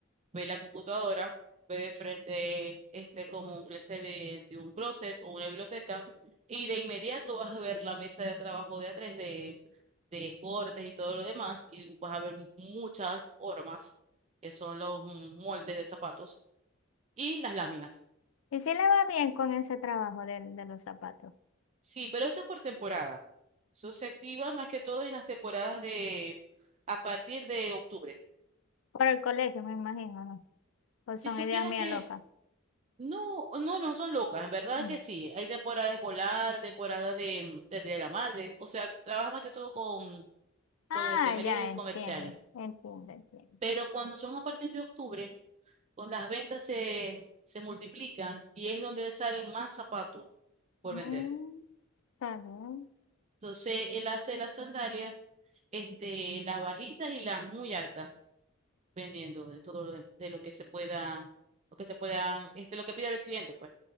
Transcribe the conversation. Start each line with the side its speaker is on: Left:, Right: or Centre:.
Right: ve la computadora, ve de frente este como un closet de, de un closet o una biblioteca y de inmediato vas a ver la mesa de trabajo de A3 de cortes y todo lo demás, y vas a ver muchas hormas, que son los mm, moldes de zapatos, y las láminas.
Left: ¿Y si le va bien con ese trabajo del- de, los zapatos?
Right: Sí, pero eso es por temporada. Eso se activa más que todo en las temporadas de a partir de octubre.
Left: Por el colegio, me imagino, ¿no? Pues
Right: Si
Left: son
Right: supieras
Left: ideas mías
Right: que
Left: locas.
Right: no, no, no son locas, en verdad
Left: Mm.
Right: que sí. Hay temporada escolar, temporada de, mm, de, Día de la madre, o sea, trabaja más que todo con, con
Left: Ah,
Right: las efemérides
Left: ya, entiendo,
Right: comerciales.
Left: entiendo, entiendo.
Right: Pero cuando son a partir de octubre, con las ventas se, se multiplican y es donde salen más zapatos por
Left: Mm,
Right: vender.
Left: está bien.
Right: Entonces, él hace las sandalias, este, las bajitas y las muy altas, vendiendo de todo lo de, de lo que se pueda, lo que se puedan, este, lo que pida el cliente, pues.